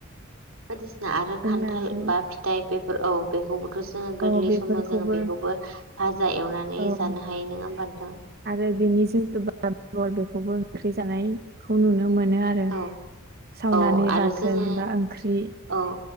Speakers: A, on the right (about 75°); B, on the right (about 45°).
A: बायदिसिना आरो
B: जोंनाथ'
A: खान्थाल बा फिथाइ बे औ बेखौबोथ' जोङो गोरलै
B: औ बेफोरखौबो
A: समाव जोङो बेखौबो भाजा एवनानै नानै
B: औ
A: जानो हायो नङा होमबा नोथां
B: आरो बेनि जिथु बेखौबो ओंख्रि जानायखौ नुनो मोनो आरो आरो
A: औ
B: सावनानै
A: औ आरो
B: बाथोन
A: जोङो
B: बा ओंख्रि
A: औ